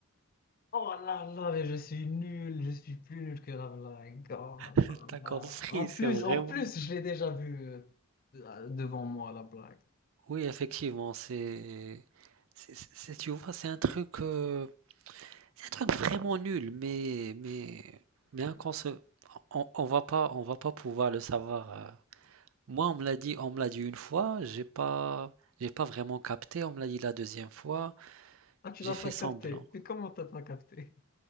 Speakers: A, on the left; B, on the right.
A: Oh là là, mais je suis nul, je suis plus nul que la blague Oh
B: <laughs>
A: là
B: T'as
A: là.
B: compris,
A: En
B: c'est
A: plus,
B: vraiment.
A: en plus, je l'ai déjà vu euh, euh, devant moi, la blague.
B: Oui, effectivement, c'est, c'est, c'est- c'est- tu vois, c'est un truc, euh, c'est un truc vraiment nul, mais, mais, mais inconce- on, on va pas, on va pas pouvoir le savoir. euh, Moi, on me l'a dit, on me l'a dit une fois, j'ai pas, j'ai pas vraiment capté. On me l'a dit la deuxième fois,
A: Ah, tu
B: j'ai
A: l'as
B: fait
A: pas
B: semblant.
A: capté. Mais comment t'as pas capté?